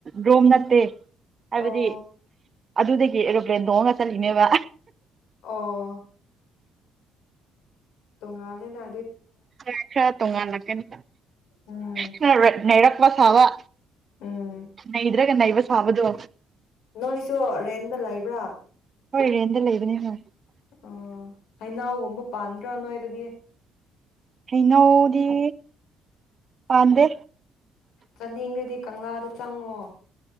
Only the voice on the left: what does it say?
ꯑꯣ
ꯑꯣ ꯇꯣꯡꯉꯂꯦꯅꯅꯥ
ꯎꯝ
ꯎꯝ
ꯅꯣꯏꯁꯨ ꯔꯦꯟꯗ ꯂꯩꯕ꯭ꯔꯥ
ꯑꯣ ꯍꯩꯅꯥꯎꯒꯨꯝꯕ ꯄꯥꯟꯗ꯭ꯔꯥ ꯅꯑꯣꯏꯗꯗꯤ
ꯆꯥꯅꯤꯡꯗꯗꯤ ꯀꯪꯂꯥꯗ ꯆꯪꯪꯉꯣ